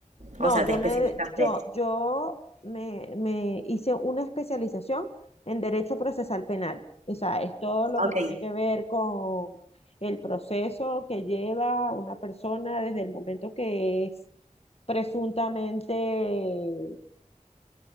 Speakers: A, on the left; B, on the right.
A: No,
B: O sea,
A: yo
B: te especializaste.
A: me, yo, yo me, me hice una especialización en Derecho Procesal Penal. O sea, es todo lo que
B: Ok.
A: tiene que ver con el proceso que lleva una persona desde el momento que es presuntamente